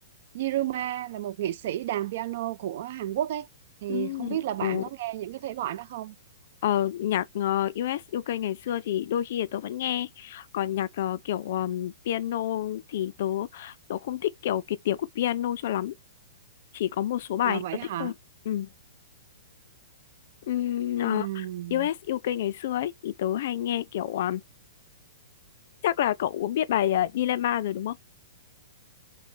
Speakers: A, on the right; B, on the left.
A: Yiruma là một nghệ sĩ đàn piano của Hàn Quốc ấy. Thì
B: Ừ,
A: không biết là bạn
B: ồ,
A: có nghe những cái thể loại đó không?
B: ờ, nhạc ờ, US UK ngày xưa thì đôi khi là tớ vẫn nghe, còn nhạc ờ, kiểu ờm, piano thì tớ tớ không thích kiểu cái tiếng của piano cho lắm, chỉ có một số bài
A: À vậy
B: tớ
A: hả?
B: thích thôi. Ừ. Ừm, ờ,
A: Ừm.
B: US UK ngày xưa ấy thì tớ hay nghe kiểu ờm, chắc là cậu cũng biết bài ờ, Dilemma rồi đúng không?